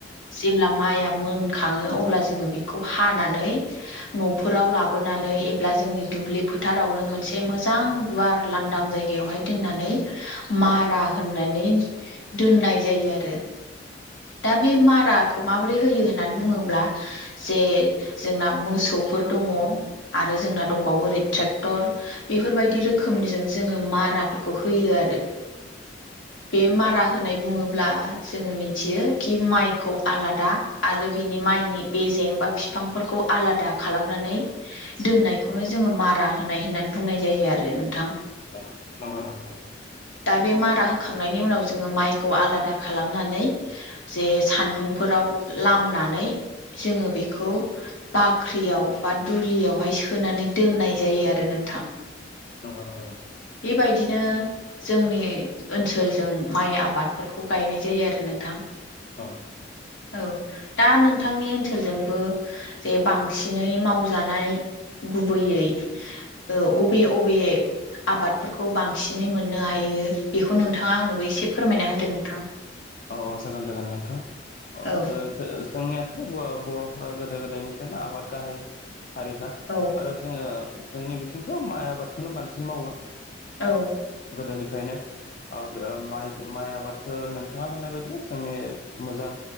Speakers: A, on the left (about 80°); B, on the left (about 50°).
A: जेब्ला माइया मोनखाङो अब्ला जोङो बेखौ हानानै न' फोराव लाबोनानै एब्ला जोंनि दुब्लि फोथार फोरावनो मोनसे मोजां गुवार लांदां जायगायावहाय दोननानै मारा होननानै दोननाय जायो आरो <inaudible> दा बे माराखौ माबोरै होयो होननानै बुङोब्ला जे जोंना मोसौ फोर दंङ आरो जोंना दंबावो ओरै ट्रकटर बेफोरबादि रोखो रोखोमनिजों जोङो माराफोरखौ होयो आरो बे मारा होननाय बुङोब्ला जोङो मिथियो कि माइखौ आलादा आरो बिनि माइनि बेजें बा फिफां फोरखौ आलादा खालामनानै दोननायखौनो जोङो मारा मारा होनाय होननानै बुंनाय जायो आरो नों
B: <unintelligible>
A: दा बे मारा होखांनायनि उनाव जोङो माइखौ आलादा खालामनानै जे सान्दुंफोरा आव लामनानै जोङो बेखौ बाख्रियाव बा दुलियावहाय सोनानै दोननाय जायो आरो नों नोथां
B: नंगौ नंगौ नंगौ
A: बेबायदिनो जोंनि ओनसोलजों माइ आबादफोरखौ गायनाय जायो आरो नोंथां
B: औ
A: औ दा नोंथांनि ओनसोलजोंबो जे बांसिनै मावजानाय गुबैयै ओ अबे अबे आबादफोरखौ बांसिनै मोननो हायो बेखौ नोंथाङा आंनोबो एसे फोरमायना होदो नोंथां
B: औ औ जागोन जागोन नोंथां <unintelligible>
A: औ
B: जोंनियाथ' बर'फोरा गोदो गोदायनिफ्रायनो आबाद गाहायो हारिखा
A: औ
B: आरो जोङो जोंनि बिथिंथ' माइ आबादखौनो बांसिन मावो
A: औ
B: गोदोनिफ्रायनो ओ माइखो माइ आबादखौ नों नोंथाङा होननाय बायदिनो जोंनि मोजां